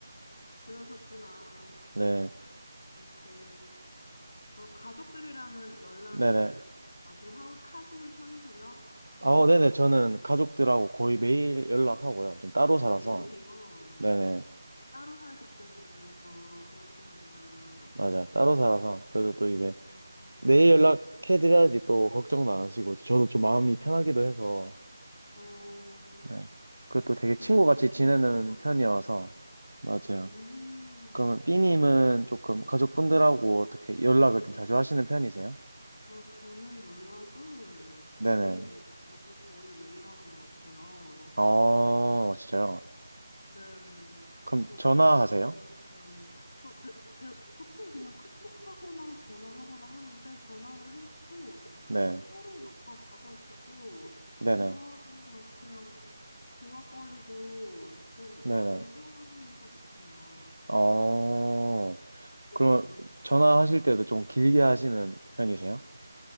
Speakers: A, on the left (about 25°); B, on the right (about 75°).
A: 그러셨구나.
B: 네,
A: 아, 네. 아 가족들이랑은 연락을
B: 네네.
A: 좀 자주 하, 하시는 편이세요?
B: 아,
A: 책,
B: 네네. 저는 가족들하고 거의 매일 연락하고요. 지금 따로
A: 아,
B: 살아서.
A: 매일이요.
B: 네네.
A: 아, 따로 살기 때문에 더 그러시는구나.
B: 맞아. 따로 살아서. 그래도 또 이제
A: 어,
B: 내일 연락해드려야지 또 걱정도 안 하시고 저도 좀 마음이 편하기도 해서
A: 어,
B: 네. 그것도 되게
A: 그건
B: 친구같이
A: 참 좋을
B: 지내는
A: 것 같네요.
B: 편이어서 맞아요.
A: 음,
B: 그러면 B님은 조금 가족분들하고 어떻게 연락을
A: 네.
B: 좀 자주 하시는 편이세요?
A: 어, 저는 연락을 거의,
B: 네네.
A: 뭐, 저도 거의 매일 하는 것 같아요.
B: 어, 진짜요?
A: 네.
B: 그럼
A: 저도,
B: 전화하세요?
A: 이렇게, 전, 네. 저, 대, 대, 보통 그냥 카톡 하거나 전화하거나 하는데, 전화를 해도
B: 네.
A: 그냥 서로 막 다 받아주고,
B: 네네.
A: 대화도 막 그냥, 대화거리도 좀
B: 네네.
A: 많은 편인 것 같아요.
B: 어,
A: 네.
B: 그럼 전화하실 때도 좀 길게 하시는 편이세요?